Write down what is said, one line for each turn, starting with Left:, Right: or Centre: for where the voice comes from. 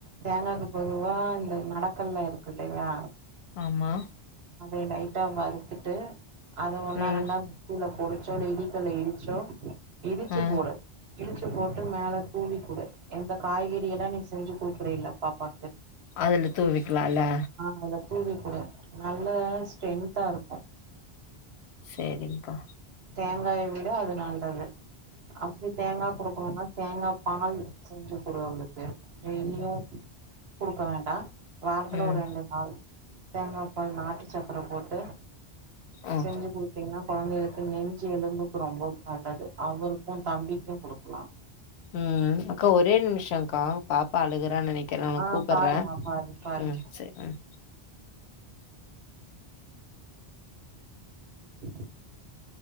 Right: தேங்காயக்கு பொதுவா இந்த நடக்கல்ல இருக்கு இல்லையா
Left: ஆமா
Right: அதை லைட்டா வருறுத்துட்டு அத ஒன்னா
Left: ம்
Right: ரெண்டா <unintelligible> பொடிச்சோ இல்ல இடிகல்ல இடிச்சோ இடிச்சு
Left: ஆ
Right: போட இடிச் ச்சி போட்டு மேல தூவிகுடு எந்த காய்கறிலொல்லா நீ செஞ்சு கொடுக்குறல்ல பாப்பா
Left: அதுல தூவிக்கலால
Right: அதுல தூவி கூடு நல்ல ஸ்ட்ரென்தா இருக்கு
Left: சேரிங்கா
Right: தேங்காயை விட அது நல்லது அப்படி தேங்காய விட அது அப்படி தேங்கா குடுக்கணும்னா தேங்கா பால் செஞ்சு கொடு அவளுக்கு டெய்லியு குடுக்க வேண்டா வாரத்துல
Left: ம்
Right: ஒரு ரெண்டு நாள் தேங்காபால் நாட்டு சக்கர போட்டு
Left: ஓ
Right: செஞ்சு கொடுத்தீங்கன்னா கொழந்தைகளுக் க்கு நெஞ்சு எலும்புக்கு ரொம்ப நல்லது அவருக்கும தம்பிக்கு கொடுக்கலா
Left: ம் அக்கா ஒரே நிமிஷம்க்கா பாப்பா அழுகுறான்னு நினைக்கிறே நா உன்ன
Right: ஆ
Left: கூப்பிடுறே
Right: பாருமா பாரு பாரு
Left: ம் சேரி ம்
Right: <inaudible>